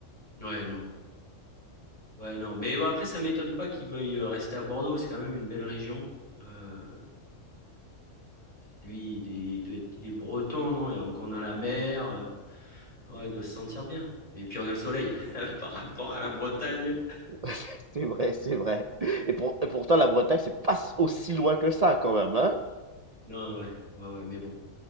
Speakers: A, on the left; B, on the right.
A: Ouais, non. Ouais, non. Mais bon, après, ça m'étonne pas qu'il veuille euh, rester à Bordeaux. C'est quand même une belle région. Euh, lui, il est, il doit être- il est breton, non? Et donc, on a la mer. euh, ouais, il doit se sentir bien. Et puis, on a le soleil <laughs> par rapport à la Bretagne.
B: <laughs> C'est vrai, c'est vrai. Et, pour, et pourtant, la Bretagne, c'est pas aussi loin que ça, quand même, hein.
A: Non, ouais, ouais, ouais, mais bon.